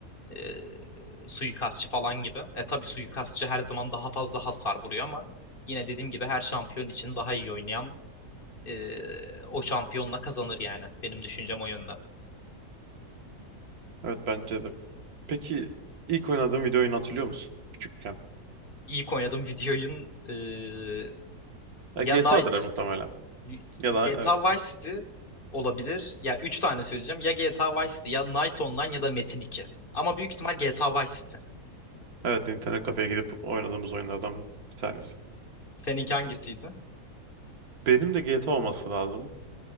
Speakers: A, on the left; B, on the right.
A: e, suikastçı falan gibi. E tabii suikastçı her zaman daha fazla hasar vuruyor ama yine dediğim gibi her şampiyon için daha iyi oynayan e, o şampiyonla kazanır yani. Benim düşüncem o yönde.
B: Evet bence de. Peki ilk oynadığın video oyunu hatırlıyor musun? Küçükken.
A: İlk oynadığım <laughs> video oyun e,
B: Ya
A: ya
B: GTA'dır
A: Knight
B: muhtemelen.
A: GTA
B: Ya da evet.
A: Vice City olabilir. Ya üç tane söyleyeceğim. Ya GTA Vice City ya Night Online ya da Metin 2. Ama büyük ihtimal GTA Vice City.
B: Evet internet kafeye gidip oynadığımız oyunlardan bir tanesi.
A: Seninki hangisiydi?
B: Benim de GTA olması lazım.